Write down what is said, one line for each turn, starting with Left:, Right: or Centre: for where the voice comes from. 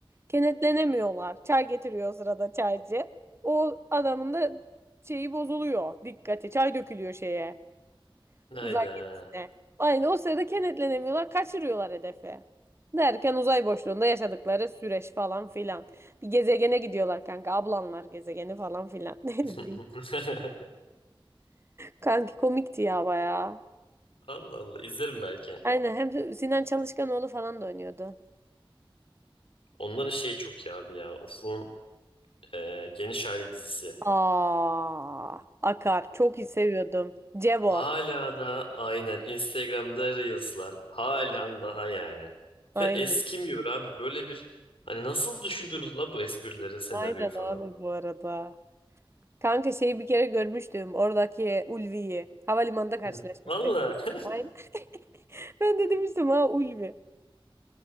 Right: Kenetlenemiyorlar. Çay getiriyor o sırada çaycı. O adamın da şeyi bozuluyor. Dikkati. Çay dökülüyor şeye.
Left: Hayda.
Right: Uzay gemisine. Aynı o sırada kenetlenemiyorlar, kaçırıyorlar hedefi. Derken uzay boşluğunda yaşadıkları süreç falan filan. Bir gezegene gidiyorlar kanka. Ablanlar gezegeni falan filan. <laughs> Neydi
Left: <laughs>
Right: değil. Kanki komikti ya bayağı.
Left: Allah Allah izlerim belki.
Right: Aynen hem de Sinan Çalışkanoğlu falan da oynuyordu.
Left: Onların şeyi çok iyi abi ya. Ufuk'un e, Geniş Aile dizisi.
Right: Aa, Akar. Çok iyi seviyordum. Cevo.
Left: Hala da aynen Instagram'da Reels'lar. Halen daha yani.
Right: Aynen.
Left: Ve eskimiyor abi. Böyle bir hani nasıl düşündünüz la bu esprileri, senaryoyu
Right: Aynen
Left: falan.
Right: abi bu arada. Kanka şeyi bir kere görmüştüm. Oradaki Ulvi'yi. Havalimanında karşılaşmıştık.
Left: <laughs> Valla
Right: Aynen.
Left: <laughs>
Right: <laughs> Ben de demiştim ha Ulvi.